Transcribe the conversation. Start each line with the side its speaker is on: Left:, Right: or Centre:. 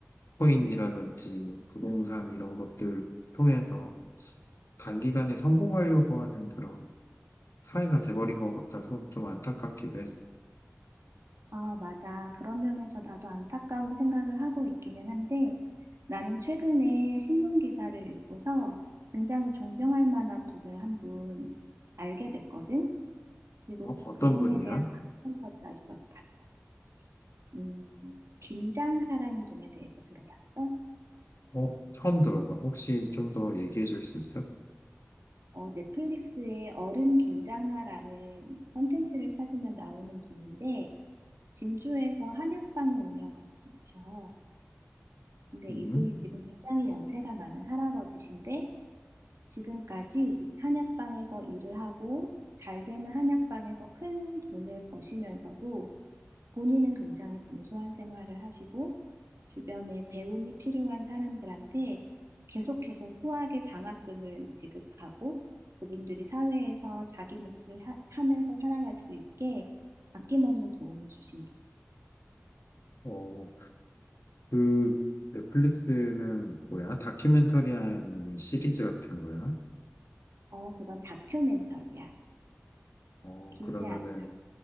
Left: 코인이라든지 부동산 이런 것들 통해서 단기간에 성공하려고 하는 그런 사회가 돼버린 것 같아서 좀 안타깝기도 했어.
Right: 아, 맞아. 그런 면에서 나도 안타까운 생각을 하고 있기는 한데 나는 최근에 신문 기사를 읽고서 굉장히 존경할 만한 분을 한 분 알게 됐거든. 그리고
Left: 어, 어떤
Right: 그분에
Left: 분이야?
Right: 대한 다큐멘터리가 있어서 봤어. 음, 김장하라는 분에 대해서 들어봤어?
Left: 어, 처음 들어봐. 혹시 좀 더 얘기해 줄 수 있어?
Right: 어, 넷플릭스의 어른 김장하라는 콘텐츠를 찾으면 나오는 분인데, 진주에서 한약방을 운영하는 분이셔. 근데
Left: 음,
Right: 이분이 지금 굉장히 연세가 많은 할아버지신데, 지금까지 한약방에서 일을 하고, 잘 되는 한약방에서 큰 돈을 버시면서도 본인은 굉장히 검소한 생활을 하시고 주변에 배움이 필요한 사람들한테 계속해서 후하게 장학금을 지급하고 그분들이 사회에서 자기 몫을 하, 하면서 살아갈 수 있게 아낌없는 도움을 주신 분.
Left: 어, 그 넷플릭스는 뭐야? 다큐멘터리 아니면 시리즈 같은 거야?
Right: 어, 그건 다큐멘터리야.
Left: 어,
Right: 길지
Left: 그러면은
Right: 않은